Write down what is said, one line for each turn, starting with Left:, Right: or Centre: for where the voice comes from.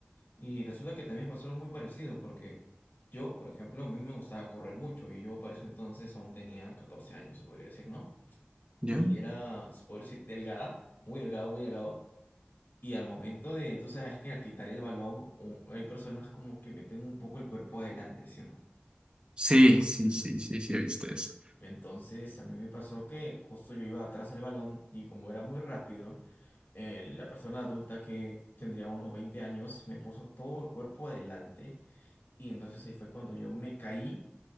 Left: Y resulta que también pasó algo muy parecido, porque yo, por ejemplo, a mí me gustaba correr mucho y yo para ese entonces aún tenía 14 años, se podría decir, ¿no?
Right: ¿Ya?
Left: Y era, se podría decir, delgada, muy delgado, muy delgado. Y al momento de, tú sabes que al quitar el balón, u- hay personas como que meten un poco el cuerpo adelante, ¿sí o no?
Right: Sí, sí,
Left: Ujú.
Right: sí, sí, sí, he visto eso.
Left: Entonces a mí me pasó que justo yo iba atrás del balón y como era muy rápido, eh, la persona adulta que tendría unos 20 años me puso todo el cuerpo adelante y entonces ahí fue cuando yo me caí